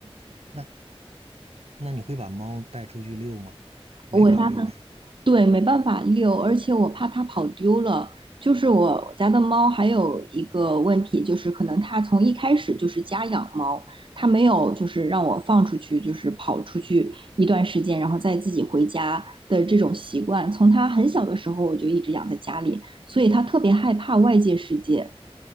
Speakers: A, on the right; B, on the right.
A: 那那你会把猫带出去遛吗？没法遛是吧？
B: 我家的对，没办法遛，而且我怕它跑丢了。就是我家的猫还有一个问题，就是可能它从一开始就是家养猫，它没有就是让我放出去，就是跑出去一段时间，然后再自己回家的这种习惯。从它很小的时候我就一直养在家里，所以他特别害怕外界世界。